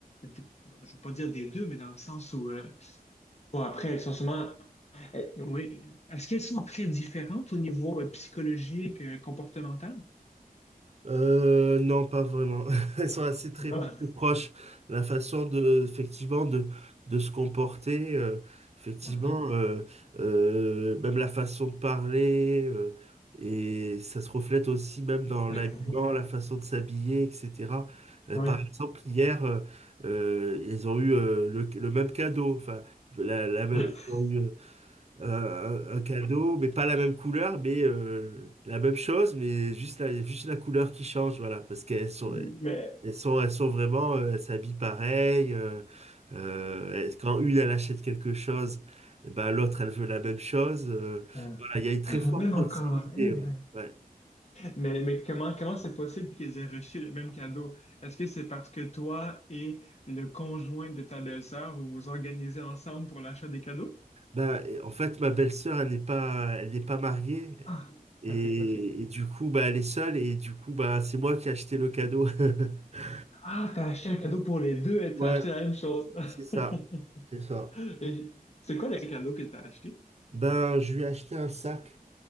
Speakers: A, on the left; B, on the right.
A: de- je veux pas dire des deux, mais dans le sens où, euh, bon, après, elles sont sûrement, euh, oui, est-ce qu'elles sont très différentes au niveau euh, psychologique, euh, comportemental?
B: Euh, non, pas vraiment. <laughs> Elles sont assez très,
A: Non.
B: très proches. La façon de, effectivement, de, de se comporter, euh, effectivement,
A: Ah.
B: euh, euh, même la façon de parler, euh, et ça se reflète aussi même dans l'habillement,
A: Ah.
B: la façon de s'habiller, etc. Euh,
A: Oui.
B: par exemple, hier, euh, euh, ils ont eu euh, le, le même cadeau. Enfin, la, la même,
A: <laughs>
B: ils ont eu, euh, un un cadeau, mais pas la même couleur, mais euh, la même chose, mais juste la, juste la couleur qui change, voilà, parce qu'elles sont,
A: Mais,
B: elles sont, elles sont vraiment, euh, elles s'habillent pareil. euh, euh, elles- quand une, elle achète quelque chose, eh ben, l'autre, elle veut la même chose. euh,
A: Ah.
B: voilà, il y a une très
A: ah,
B: forte
A: même
B: proximité,
A: encore, eh
B: ouais.
A: ben.
B: Ouais.
A: Mais, mais comment comment c'est possible qu'ils aient reçu le même cadeau? Est-ce que c'est parce que toi et le conjoint de ta belle-sœur, vous vous organisez ensemble pour l'achat des cadeaux?
B: Ben, et en fait, ma belle-sœur, elle n'est pas, elle n'est pas mariée.
A: Ah,
B: Et,
A: ok, ok.
B: et du coup, bah, elle est seule, et du coup, bah, c'est moi qui ai acheté le cadeau. <laughs>
A: Ah, t'as acheté un cadeau pour les deux et
B: Ouais,
A: t'as acheté la même chose.
B: c'est ça.
A: <laughs>
B: C'est ça.
A: Et C'est quoi les cadeaux que t'as acheté?
B: Ben, je lui ai acheté un sac,